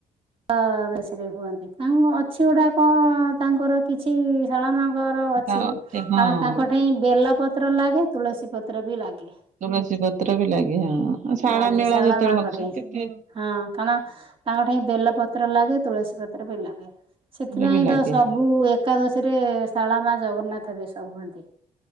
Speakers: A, on the right; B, on the right.
A: ଅ ବେଶେରେ ହୁଅନ୍ତି ତାଙ୍କ କଣ ଅଛି ଗୁଡା କଣ ତାଙ୍କର କି ଅଛି ଶାରଳା ମାଆଙ୍କର ଅଛି
B: ତା
A: କାରଣ
B: ହଁ
A: ତାଙ୍କ ଠେଇଁ ବେଲ ପତ୍ର ଲାଗେ ତୁଳସୀ ପ ତ୍ର ବି ଲାଗେ।
B: ତୁଳସୀ ପତ୍ର ବି ଲାଗେ ହଁ ଶାରଳା
A: ଲାଗେ
B: ମେଳା
A: ଶାରଳା
B: ଯେତେବେଳେ
A: ମାଆଙ୍କ
B: ହଉଛି
A: ଠେଇଁ
B: କେତେ
A: ହଁ କଣ ତାଙ୍କ ଠେଇଁ ବେଲ ପତ୍ର ଲାଗେ ତୁଳସୀ ପତ୍ର ବି ଲାଗେ। ସେଥିପାଇଁ
B: ରେ ବି ଲାଗେ
A: ତ ସବୁ
B: ହଁ।
A: ଏ ଏକାଦଶୀରେ ଶାରଳା ମାଆ ଜଗନ୍ନାଥ ବେଶ ହୁଅନ୍ତି।